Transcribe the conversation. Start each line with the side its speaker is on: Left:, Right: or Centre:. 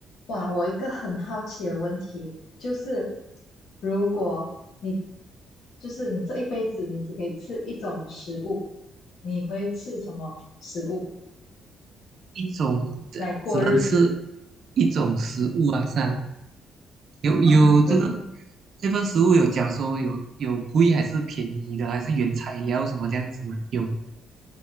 Left: 哇，我一个很好奇的问题就是，如果你就是你这一辈子你只可以吃一种食物，你会吃什么食物
Right: 一种只只能吃
Left: 来过日子
Right: 一种食物啊，上有有这个
Left: 啊？对，
Right: 这份食物有讲说有有贵还是便宜的，还是原材料什么这样子吗？有吗